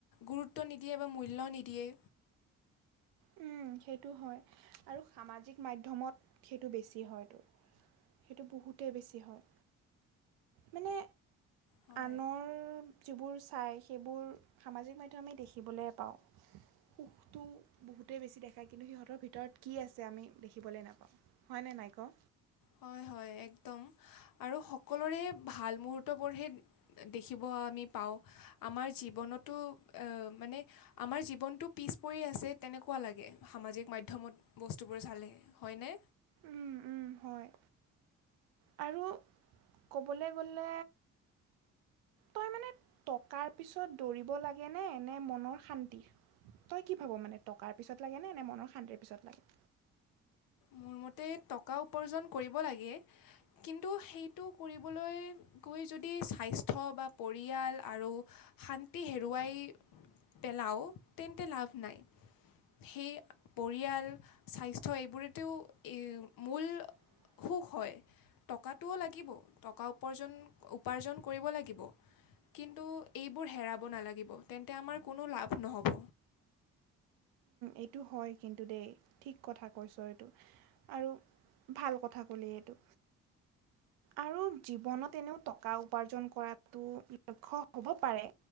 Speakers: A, on the left; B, on the right.
A: গুৰুত্ব নিদিয়ে বা মূল্য নিদিয়ে।
B: উম। সেইটো হয় আৰু সামাজিক মাধ্যমত সেইটো বেছি হয়তো। সেইটো বহুতেই বেছি হয়, মানে
A: হয়।
B: আনৰ যিবোৰ চায় সেইবোৰ সামাজিক মাধ্যম আমি দেখিবলৈ পাওঁ। সুখটো বহুত সটোৱেই বেছি দেখা কিন্তু সিহঁতৰ ভিতৰত কি আছে আমি দেখিবলৈ নাপাওঁ হয়নে নাই ক'
A: হয় হয় একদম, আৰু সকলোৰে ভাল মুহূৰ্তবোৰহে দেখিব আমি পাওঁ আমাৰ জীৱনতো মানে আমাৰ জীৱনটো পিছ পৰি আছে তেনেকুৱা লাগে সামাজিক মাধমত বস্তুবোৰ চালে হয়নে?
B: উম' উম' হয়। আৰু ক'বলৈ গ'লে তই মানে টকাৰ পিছত দৌৰিব লাগেনে নে মনৰ শান্তি? তই কি ভাব মানে টকাৰ পিছত লাগে নে নে মনৰ শান্তিৰ পিছত লাগে?
A: মোৰ টকা উৰ্পাজন কৰিব লাগে, কিন্তু সেইটো কৰিবলৈ গৈ যদি স্বাস্থ্য বা পৰিয়াল আৰু শান্তি হেৰুৱাই পেলাওঁ তেনতে লাভ নাই। সেই পৰিয়াল স্বাস্থ্য এইবোৰতোও মূল
B: <inaudible>
A: সুখ হয় টকাটোও লাগিব, টকা উপাৰ্জন উপাৰ্জন কৰিব লাগিব কিন্তু এইবোৰ হেৰাব নালাগিব তেন্তে আমাৰ কোনো লাভ নহ'ব।
B: এইটো হয় কিন্তু দেই ঠিক কথা কৈছ এইটো আৰু ভাল কথা ক'লে এইটো। আৰু জীৱনত এনেও টকা উপাৰ্জন কৰাতো লক্ষ্য হ'ব পাৰে